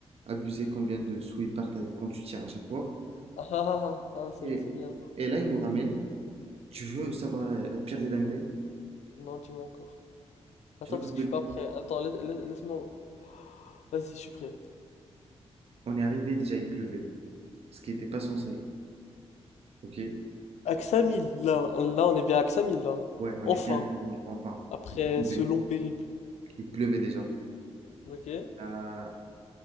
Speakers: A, on the right (about 60°); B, on the left (about 85°).
A: abuser combien de sous ils partent avec- quand tu tires à chaque fois.
B: Ah ah ah, ah, ah, ça
A: Et,
B: je sais bien.
A: et là, il nous ramène. Tu veux savoir la, la pire des dingueries?
B: Non, dis-moi encore. Attends,
A: Tu vois,
B: parce que je suis pas prêt. Attends, lai- lai- laisse-moi. Vas-y, je suis prêt.
A: on est arrivé, déjà, il pleuvait. Ce qui n'était pas censé. Ok?
B: Axamil, là, là, on est bien à Axamil, là.
A: Ouais, on
B: Enfin,
A: est bien arrivé. Enfin,
B: après
A: il pleuvait.
B: ce long périple.
A: Il pleuvait déjà.
B: Ok.
A: La,